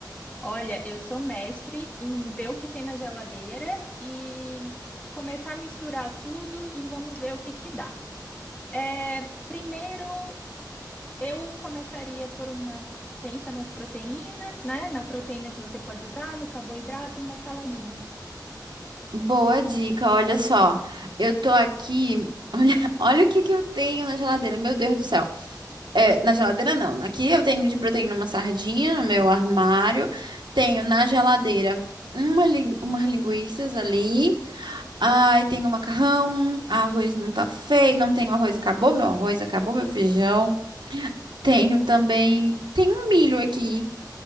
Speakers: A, on the left (about 20°); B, on the right (about 85°).
A: Olha, eu sou mestre em ver o que tem na geladeira e começar a misturar tudo e vamos ver o que que dá. É, primeiro, eu começaria por uma, pensa nas proteínas, né? Na proteína que você pode usar, no carboidrato e uma saladinha.
B: Boa dica, olha só. Eu tô aqui. Olha, <laughs> olha o que que eu tenho na geladeira, meu Deus do céu. É, na geladeira não. Aqui eu tenho de proteína uma sardinha no meu armário. Tenho na geladeira uma, lin- umas linguiças ali. Ai, tenho macarrão. Arroz não tá feio. Não tenho arroz, acabou meu arroz, acabou meu feijão. Tenho também. Tem um milho aqui.